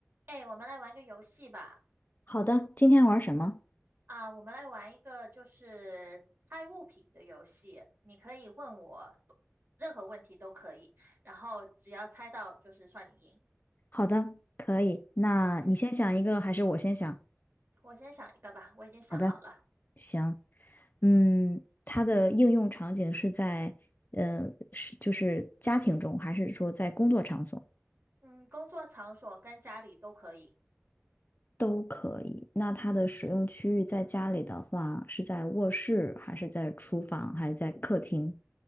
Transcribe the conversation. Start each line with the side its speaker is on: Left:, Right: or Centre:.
Right: 哎，我们来玩个游戏吧。
Left: 好的，今天玩什么？
Right: 啊，我们来玩一个就是猜物品的游戏。你可以问我多任何问题都可以，然后只要猜到就是算你赢。
Left: 好的，可以。那你先想一个，
Right: 嗯，
Left: 还是我先想？
Right: 我先想一个吧，我已经想好了。
Left: 好的，行。嗯，它的应用场景是在，呃，是就是家庭中，还是说在工作场所
Right: 嗯，工作场所跟家里都可以，
Left: 都可以？那它的使用区域在家里的话，是在卧室，还是在厨房，还是在客厅？